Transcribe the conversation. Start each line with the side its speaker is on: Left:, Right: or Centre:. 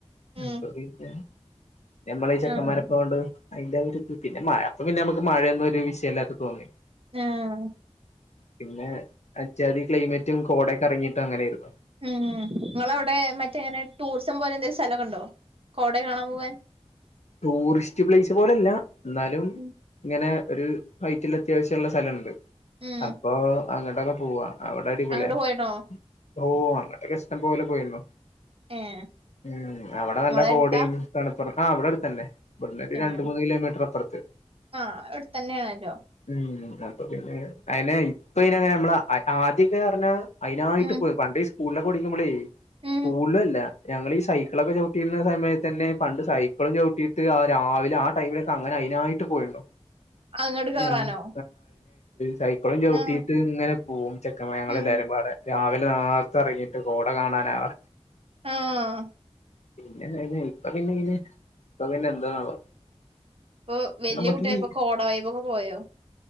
Right: ഉം.
Left: <unintelligible> നമ്മളെ ഈ ചെക്കന്മാരെപ്പൊണ്ട്
Right: ആഹ്.
Left: അയ്ന്റെ ആ ഒരിത് പിന്നെ മഴ അപ്പൊ പിന്നെ നമുക്ക് മഴൊന്നും ഒരു വിഷയല്ലാത്തെ തോന്ന്യ
Right: ആഹ്.
Left: പിന്നെ അജ്ജാതി ക്ലൈമറ്റും കോടയക്കെ അറങ്ങിട്ടും അങ്ങനൊയിരുന്നു
Right: ഉം ഇങ്ങളവ്ടെ മറ്റേനെ ടൂറിസം പോലെ എന്തേലും സലൊക്കെണ്ടോ കോട കാണാൻ പോവാൻ
Left: ടൂറിസ്റ്റ് പ്ലൈസ് പോലല്ല ന്നാലും
Right: ഉം
Left: ഇങ്ങനെ ഒരു, ഹൈറ്റിലത്യാവശൃള്ള സലണ്ട്.
Right: ഉം
Left: അപ്പൊ അ ങ്ങണ്ടെക്കെ പോവ്വാ അവടെ അടിപൊളിയാ
Right: അങ്ങട്ട് പോയിണോ
Left: ഓ.. അങ്ങണ്ടെക്കെ ഇഷ്ബേലെ പോയിര്ന്നു.
Right: ഏഹ്
Left: ഉം, അവ്ടെ നല്ല
Right: ഇങ്ങളെ
Left: ഗോഡിം
Right: എടുത്താ
Left: തണുപ്പുറ ആഹ് ഇവടെ അടുത്തന്നെ ഇവ്ട്ന്നൊരു
Right: ആഹ്
Left: രണ്ട് മൂന്ന് കിലോമീറ്റർ അപ്പൊർത്ത്
Right: ആഹ് അവിടെ തന്നെയാണല്ലോ
Left: ഉം അപ്പൊ പിന്നെ അയിനെ ഇപ്പയ്ന അങ്ങനെ നമ്മള് ആദ്യൊക്കെർഞ്ഞാ അയിനായിട്ട്
Right: ഉം
Left: പോയി പണ്ട് ഈ സ്കൂളിലൊക്കെ ടിക്കുമ്പോളേ
Right: ഉം
Left: സ്കൂളല്ല ഞങ്ങളീ സൈക്കിളൊക്കെ ചവിട്ടീരുന്ന സമയത്ത് തന്നെ പണ്ട് സൈ ഇപ്പളുംചൗട്ടീട്ട് ആ രാവിലെ ആ ടൈമിലൊക്കെ അങ്ങനെ അയിനായിട്ട് പോയീണ്ടാവും
Right: അങ്ങട്ട്
Left: <unintelligible>
Right: കേറാനോ
Left: സൈക്കിളും ചവിട്ടിയിട്ട്
Right: ആഹ്
Left: ഇങ്ങനെ പോകും ചെക്ക മ ഞങ്ങെളെല്ലാരും
Right: ഉം
Left: പാടെ രാവിലെ നേർത്തെ എറങ്ങീട്ട് കോട കാണാനാ
Right: ആഹ്
Left: ല്ല ല്ലാ... ഇപ്പൊ പിന്നെങ്ങനെ അപ്പൊ പിന്നെ എന്താണാവോ
Right: പ്പൊ വെല്ല്യെ
Left: നമുക്ക്
Right: കുട്ട്യായ്പ്പോ
Left: ഈ
Right: കോട വയ്ബൊക്കെ പോയോ